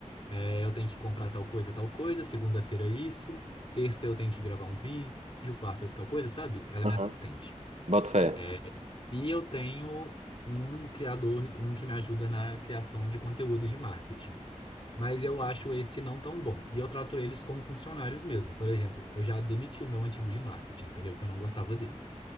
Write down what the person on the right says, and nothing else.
Uhum.
Boto fé.